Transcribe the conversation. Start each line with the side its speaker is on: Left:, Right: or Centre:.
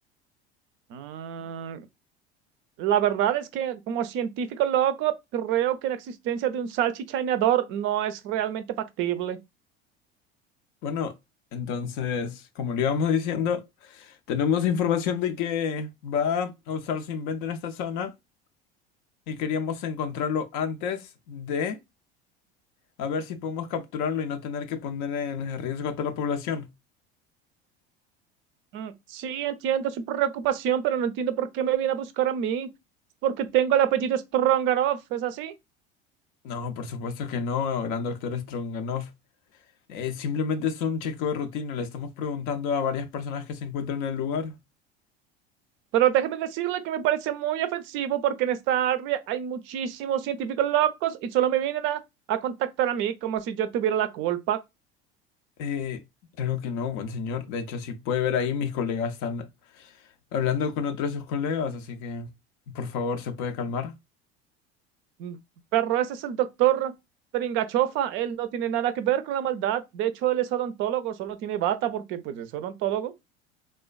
Right: Mm, la verdad es que como científico loco, creo que la existencia de un salchichainador no es realmente factible.
Left: Bueno, entonces, como le íbamos diciendo, tenemos información de que va a usar su invento en esta zona y queríamos encontrarlo antes de a ver si podemos capturarlo y no tener que poner en riesgo a toda la población.
Right: Mm, Sí, entiendo su preocupación, pero no entiendo por qué me viene a buscar a mí. Porque tengo el apellido Strongaroff, ¿es así?
Left: No, por supuesto que no, gran doctor Stronganoff. Eh, simplemente es un chequeo de rutina, le estamos preguntando a varias personas que se encuentran en el lugar.
Right: Pero déjeme decirle que me parece muy ofensivo porque en esta área hay muchísimos científicos locos y solo me vienen a, a contactar a mí como si yo tuviera la culpa.
Left: Eh, claro que no, buen señor. De hecho, si puede ver ahí, mis colegas están hablando con otros de sus colegas, así que, por favor, ¿se puede calmar?
Right: Mm, Pero ese es el doctor Tringachofa, él no tiene nada que ver con la maldad. De hecho, él es odontólogo, solo tiene bata porque pues es odontólogo.